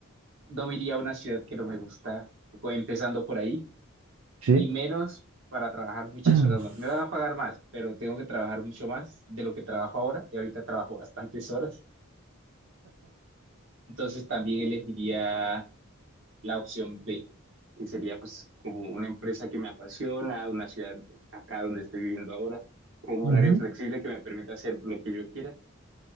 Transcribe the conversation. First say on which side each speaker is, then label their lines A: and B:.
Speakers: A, on the right; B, on the right.
A: no me iría a una ciudad que no me gusta, co- empezando por ahí,
B: Sí.
A: y menos para trabajar muchas
B: <clears throat>
A: horas más. Me van a pagar más, pero tengo que trabajar mucho más de lo que trabajo ahora, y ahorita trabajo bastantes horas. Entonces también elegiría la opción B, que sería pues como una empresa que me apasiona, una ciudad acá donde estoy viviendo ahora, con un
B: Ujú.
A: horario flexible que me permita hacer lo que yo quiera,